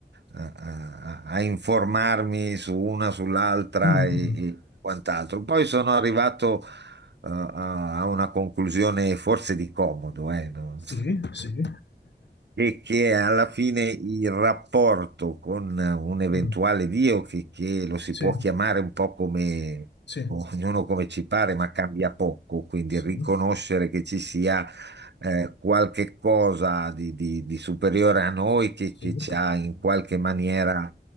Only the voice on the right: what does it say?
a- a informarmi su una, sull'altra
e, e quant'altro. Poi sono arrivato, eh, a a una conclusione forse di comodo, eh, no?
e che alla fine il rapporto con un eventuale
Dio, che, che lo si
può chiamare un po' come
ognuno come ci pare, ma cambia poco, quindi
riconoscere che ci sia eh, qualche cosa di, di- di superiore a noi che,
che ci ha in qualche maniera